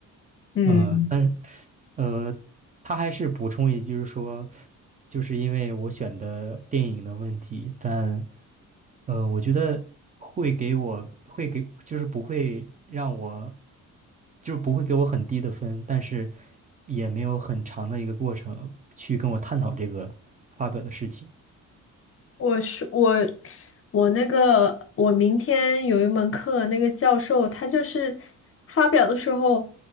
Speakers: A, on the left; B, on the right.
A: 嗯嗯。
B: 嗯，但是，呃，他还是补充一句说，就是因为我选的电影的问题，但，呃，我觉得会给我会给，就是不会让我，就是不会给我很低的分，但是也没有很长的一个过程去跟我探讨这个发表的事情。
A: 我是我，我那个我明天有一门课，那个教授他就是发表的时候，